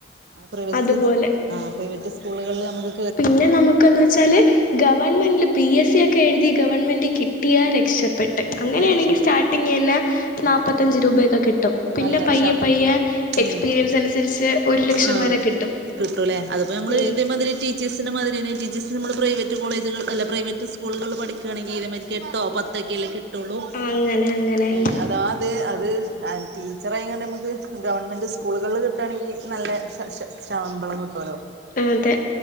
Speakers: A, on the right (about 70°); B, on the left (about 50°).
A: ആഹ് പ്രവൈസി
B: അതുപോലെ
A: ആഹ് പ്രൈവറ്റ് സ്കൂളുകളിൽ നമക്ക്
B: പിന്നെ നമുക്ക്ന്ന് വെച്ചാല് ഗവൺമെന്റ് പി എസ് സി ഒക്കെ എഴുതി ഗവൺമെന്റ് കിട്ടിയാ രക്ഷ പെട്ട്
A: ആ
B: അങ്ങനെയണെങ്കിൽ
A: അത് രക്ഷപ്പെടും
B: സ്റ്റാർട്ടിങ് ന്നെ
A: ആ
B: നാപ്പത്തഞ്ച് രൂപയൊക്കെ കിട്ടും. പിന്നെ
A: നല്ല
B: പയ്യെ
A: ശ
B: പയ്യെ എക്സ്പീരിയൻസ്
A: ഉം
B: അനുസരിച്ച് ഒരു ലക്ഷം
A: ആ
B: വരെ കിട്ടും
A: കിട്ടൂലേ അതിപ്പോ നമ്മള്
B: ഉം
A: ഇതേ മതിരി ടീച്ചേഴ്സിന്റെ മാതിരി തന്നെ. ടീച്ചേഴ്സ് നമ്മള് പ്രൈവറ്റ് കോളേജുകൾഅല്ല പ്രൈവറ്റ്സ്കൂളുകളിൽ പഠിക്കാണെങ്കിൽ ഇതേ മാതിരിക്ക്‌ എട്ടോ ത്തൊക്കല്ലേ കിട്ടൊള്ളൂ
B: അങ്ങനെ അങ്ങനെ
A: പിന്നെ
B: അങ്ങനെ
A: അതവാ അത് അത് ടീച്ചറായ്ങ്ങണ്ട് നമക്ക് ഗവൺമെൻറ് സ്കൂളുകള്ൽ കിട്ടാണെങ്കിൽ നല്ല ശ ശ ശവമ്പളം കിട്ടോലോ
B: അതെ